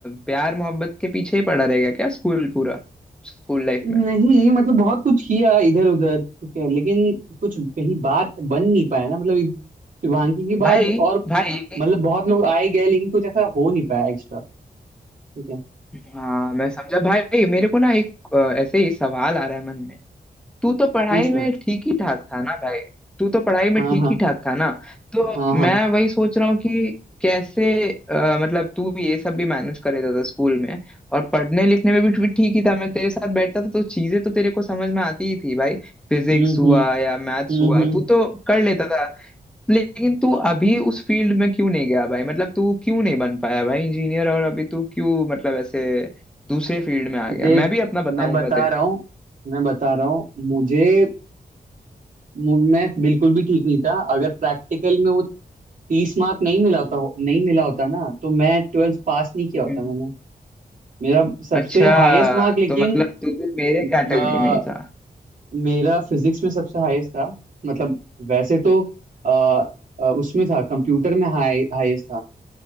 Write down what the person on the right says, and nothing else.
नहीं
मतलब बहुत कुछ किया इधर उधर ठीक है लेकिन कुछ कहीं बात बन नहीं पाया ना मतलब इ- शुभांगी के बाद
और
मतलब बहुत लोग आए गए लेकिन कुछ ऐसा हो नहीं पाया एक्स्ट्रा ठीक है
पूछना
हाँ
हाँ
हाँ हाँ
हम्म
हम्म
हम्म
हम्म।
देख
मैं बता रहा हूँ मैं बता रहा हूँ मुझे मु- मैं बिल्कुल भी ठीक नहीं था अगर प्रैक्टिकल में वो तीस मार्क नहीं मिला होता हो- नहीं मिला होता ना तो मैं ट्वेल्थ पास नहीं किया होता
मैंने मेरा सबसे
हाईएस्ट मार्क लेकिन
ब-
मेरा फिजिक्स में सबसे हाईएस्ट था मतलब वैसे तो अ, अ, उसमें था कंप्यूटर में हाई हाईएस्ट था